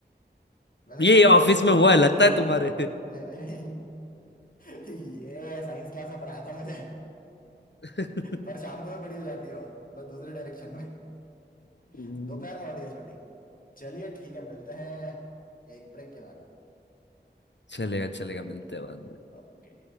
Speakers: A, on the left; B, on the left.
A: वैसे
B: ये
A: शाम
B: ऑफिस
A: को भी बड़ी
B: में हुआ
A: होती
B: है लगता
A: है
B: है तुम्हारे
A: नहीं नहीं <laughs> ये साइंस क्लास में पढ़ाया था मुझे
B: <laughs>
A: पर
B: <laughs>
A: शाम को भी बड़ी हो जाती है वो बस दूसरे डायरेक्शन में
B: हम्म,
A: <laughs> दोपहर में होती है छोटी चलिए ठीक है मिलते हैं एक ब्रेक के बाद
B: चलेगा चलेगा मिलते हैं बाद में
A: ओके